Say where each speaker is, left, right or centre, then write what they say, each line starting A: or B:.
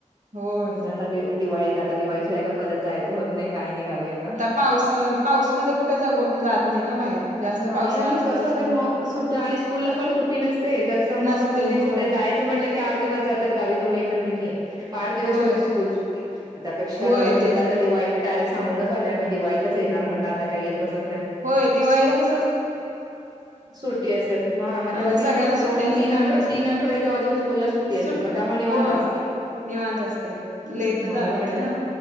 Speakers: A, on the right; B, on the right.
A: होय.
B: म्हणलं आता ते दिवाळीत. आता दिवाळी शिवाय का परत जायचं होत नाही. काही नाही गावी आता.
A: पाऊस पाऊस मध्ये कुठं जाऊ वाटत नाही. कुठे जात नाही ना बाहेर. जास्त
B: नाही
A: पावसाळा
B: आणि
A: असता
B: कसं
A: त्याच्यामुळे
B: होत मग, सुट्टी आणि स्कूलला पण सुट्टी नसते जास्त, मग
A: नसते
B: स्कूल मिस
A: होय
B: होते जाय च, म्हटलं की आठ दिवस जातात गावी जाऊन यायच म्हटलं की, बारा दिवस
A: होय
B: त्याची स्कूल चुकती. त्यापेक्षा
A: होय
B: राहुदे म्हटलं
A: तेच
B: आता दिवाळी डायरेक्ट सांगूनच आलोय आम्ही, दिवाळीतच येणार म्हटलं आता काय येत बसत ना
A: होय. दिवाळीला क
B: सुटी असत्यात हा मग
A: आणि
B: तेव्हा तिला
A: सगळ्यांना
B: कस
A: सुट्ट्या
B: दोन
A: असते
B: तीन
A: त्यामुळे
B: आठव तीन आठवडे जवळ जवळ सु स्कूल ला सुट्टी
A: सुट
B: असते मग त्यामुळे निवांत
A: हो
B: असते.
A: निवांत असते. लेट न
B: म्हणून
A: झाल होते
B: म्हटलं
A: ना.